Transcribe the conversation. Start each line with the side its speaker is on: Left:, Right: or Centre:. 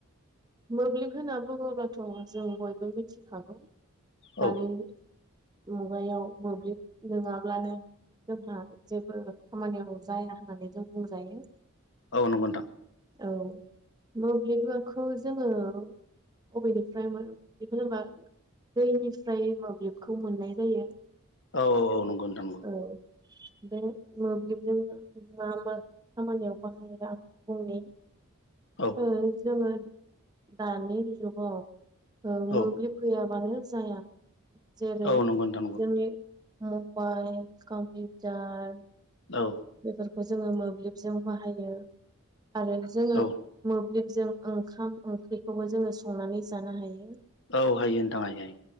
Right: मोब्लिब होनना बुङोबाथ जों बयबो मिथिखागौ
Left: औ
Right: दानि मुगायाव मोब्लिब नोङाब्लानो जोंहा जेबो खामानियाव जाया होननानै जों बुंजायो
Left: औ नंगौ नोंथां
Right: औ मोब्लिबखौ जोङो अबेनिफ्रायबो <unintelligible> दैनिफ्राय मोब्लिब खौ मोननाय जायो
Left: औ औ औ नंगौ नोंथां नंगौ
Right: औ बे मोब्लिबजों मा मा खामानियाव बाहायो आं बुंनि
Left: औ
Right: ओ जोङो दानि जुगाव ओ मोब्लिब
Left: औ
Right: गैयाबानो जाया जेरै
Left: औ नंगौ नोंथां नंगौ
Right: जोंनि मबाइल कम्पिउटार
Left: औ
Right: बेफोरखौ जोङो मोब्लिबजों बाहायो आरो जोङो
Left: औ
Right: मोब्लिबजों ओंखाम ओंख्रिखौबो जोङो संनानै जानो हायो
Left: औ हायो नोंथां हायो हायो